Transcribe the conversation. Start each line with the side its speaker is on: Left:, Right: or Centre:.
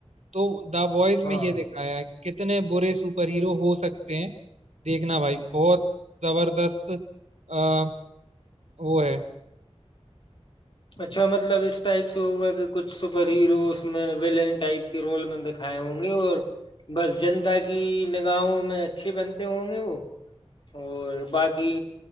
Right: तो द वॉइस
Left: हाँ
Right: में ये
Left: हाँ।
Right: दिखाया है कि कितने बुरे सुपर हीरो हो सकते हैं देखना भाई बहुत जबरदस्त अ, वो है
Left: अच्छा मतलब इस टाइप से होगा कि कुछ सुपर हीरो उसमें विलेन टाइप के रोल में दिखाए होंगे और बस जनता की निगाहों में अच्छे बनते होंगे वो और बाकी